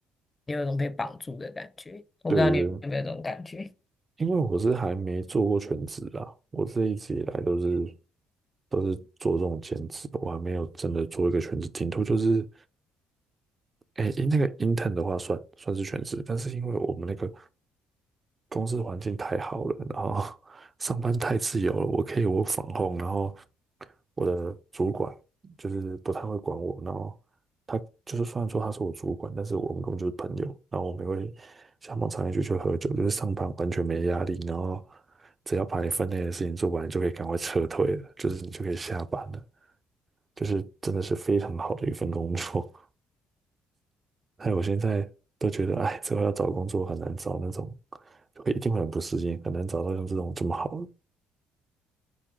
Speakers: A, on the left (about 25°); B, on the right (about 35°).
A: 你有一种被绑住的感觉。我不知道你有没有这种感觉。
B: 对对对，因为我是还没做过全职啦，我这一直以来都是都是做这种兼职，我还没有真的做一个全职。顶多就是，哎，那个 intern 的话算算是全职，但是因为我们那个公司环境太好了，然后 <laughs> 上班太自由了，我可以我 o r 然后我的主管就是不太会管我，然后他就是虽然说他是我主管，但是我们根本就是朋友，然后我们也会下班常一起去喝酒，就是上班完全没压力，然后只要把你分内的事情做完，就可以赶快撤退了，就是你就可以下班了，就是真的是非常好的一份工作。哎，我现在都觉得，哎，之后要找工作很难找那种，会一定会很不适应，很难找到像这种这么好的。